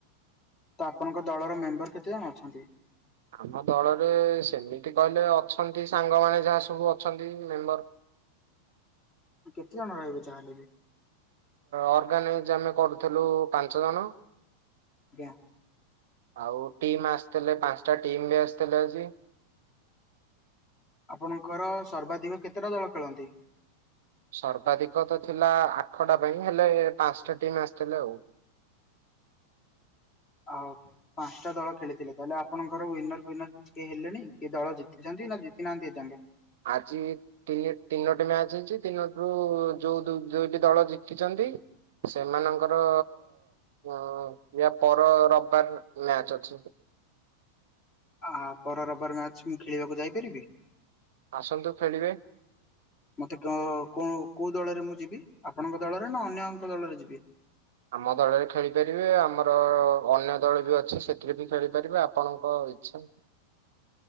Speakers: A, on the left; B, on the right.
A: ତ ଆପଣଙ୍କ ଦଳର ମେମ୍ବର କେତେ ଜଣ ଅଛନ୍ତି?
B: ଆମ ଦଳରେ ସେମିତି କହିଲେ ଅଛନ୍ତି ସାଙ୍ଗମାନେ ଯାହା ସବୁ ଅଛନ୍ତି ମେମ୍ବର।
A: କେତେଜଣ ରହିବ ଚାହିଁଲେ ବି।
B: ଅର୍ଗାନାଇଜ୍ ଆମେ କରୁଥିଲୁ ପାଞ୍ଚ ଜଣ।
A: ଆଜ୍ଞା
B: ଆଉ ଟିମ୍ ଆସିଥିଲେ ପାଞ୍ଚଟା ଟିମ୍ ବି ଆସିଥିଲେ ଆଜି।
A: ଆପଣଙ୍କର ସର୍ବାଧିକ କେତେଟା ଦଳ ଖେଳନ୍ତି।
B: ସର୍ବାଧିକ ତ ଥିଲା ଆଠଟା ପାଇଁ ହେଲେ ପାଞ୍ଚଟା ଟିମ୍ ଆସିଥିଲେ ଆଉ।
A: <inaudible> ଆଉ ପାଞ୍ଚଟା ଦଳ ଖେଳିଥିଲେ। ତାହେଲେ ଆପଣଙ୍କର ଉଇନର୍ ଉଇନର୍ କିଛି କେହି ହେଲେଣିି କି ଦଳ ଜିତିଛନ୍ତି। ନା ଜିତି ନାହାଁନ୍ତି ଏ ଜାଙ୍ଗେ।
B: ଆଜି ତିନି ତିନୋଟି ମ୍ୟାଚ୍ ହେଇଛି। ତିନୋଟିରୁ ଯୋଉ ଦୁଇଟି ଦଳ ଜିତିଛନ୍ତି। ଟି। ସେମାନଙ୍କର ଇଆ ପର ରବିବାର ମ୍ୟାଚ ଅଛି।
A: ଆ ପର ରବାର ମ୍ୟାଚ ମୁଁ ଖେଳିବାକୁ ଯାଇପାରିବି।
B: ଆସନ୍ତୁ ଖେଳିବେ।
A: ମତେ କୋ କୋଉ ଦଳରେ ମୁଁ ଯିବି। ଆପଣଙ୍କ ଦଳରେ ନା ଅନ୍ୟଙ୍କ ଦଳରେ ଯିବି।
B: ଆମ ଦଳରେ ଖେଳିପାରିବେ। ଆମର ଅନ୍ୟ ଦଳ ବି ଅଛି ସେଥିରେ ବି ଖେଳିପାରିବେ। ଆପଣଙ୍କ ହୋଇଛନ